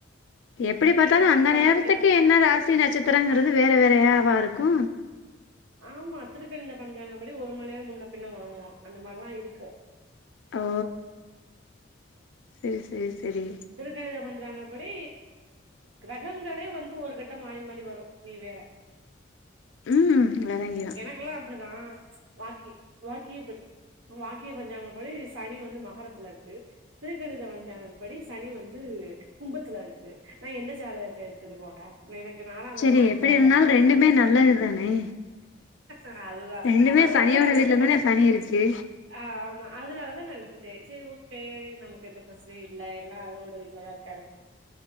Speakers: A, on the left; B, on the right.
A: எப்படி
B: திருக்கணித
A: பாத்தாலு
B: பஞ்சாங்கப்படி
A: அந்த நேரத்துக்கே
B: பாத்தா
A: என்ன ராசி நட்சத்திரங்கிறது வேற வேறயாவா இருக்கு
B: ஆமா திருக்கணித பஞ்சாங்கபடி ஒரு மணி நேரம் முன்ன பின்ன வரு அந்த மாரிலா இருக்கு
A: ஓ செரி செரி செரி
B: திருக்கணித பஞ்சாங்க படி கிரகங்களே வந்து ஒரு கட்ட மாறி மாறி வரும் நீ வேற
A: ம் வெலங்கிடும்
B: இங்கயெல்லா அப்டி தா வாக்கி வாக்கியே பெட் வாக்கிய பஞ்சாங்கபடி சனி வந்து மகரத்துல இருக்கு திருக்கணித பஞ்சாங்க படி சனி வந்து கும்பத்துல இருக்கு நான் எந்த ஜாதகத்த எடுத்துட்டு போக எனக்கு நாலாம்
A: செரி
B: எடமா அஞ்சா
A: எப்டி இருந்தாலு
B: எடமா
A: ரெண்டுமே
B: தெரியாது
A: நல்லது தானே
B: ஆ அதுதான்
A: ரெண்டுமே
B: அதுனாலதா
A: சனியோட
B: நா
A: வீட்ல
B: விட்டுட்டே
A: தானே சனி இருக்கு
B: ஆ ஆமா அதனாலதா நா விட்டுட்டே செரி ஓகே நமக்கு எந்த பிரச்சனை இல்ல எல்லா அதோட வீட்ல தான் இருக்காரு